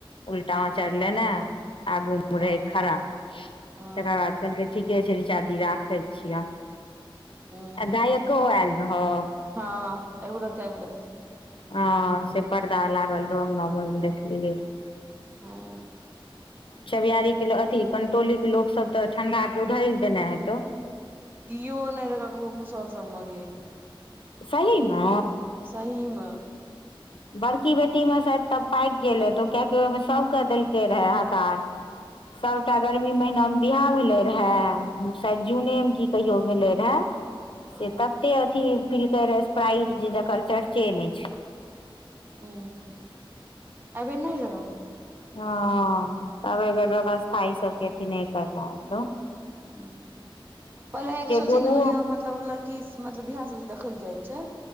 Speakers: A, on the left (about 70°); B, on the right (about 20°).
A: उल्टा आचर लेने आगू
B: हँ
A: रहै खड़ा तकर
B: हँ
A: बाद कहलकै ठीके छै रीचादी राखै छियह
B: हूं
A: आ गायको आयल रहै
B: हँ एगो लड़का एगो लड़की
A: हँ से पर्दा लागल रहै अंगनि मे देखलियै रहै
B: हँ
A: छबयारी के अथी कंटोली के लोकसभ तऽ ठंडा के उधर देने हेतौ
B: कियो नहि रहै ककरो मुसहर सब मे गै
A: सहीमे
B: सहीमे
A: बड़की बेटीमे शायद तब पाक गेलै तऽ ओ कियाकि ओहिमे सभकेँ देलकै रहए हकार सभटा गर्मी महिनामे बियाह भेलै रहए शायद जूनेमे की कहियो भेलै रहए
B: हँ
A: से तते अथी पिल्के रहै स्प्राइट जे जकर चर्चे नहि छै
B: हँ एहिबेर नुरो
A: हँ आब एहिबेर व्यवस्था ई सबके अथी नहि करनाई हैतौ
B: हूँ पहिले एहिके सोचहि
A: गोलुओ
B: न उ जे मतलब लड़की मतलब बीयाह सब जे देखै लऽ जाइत छै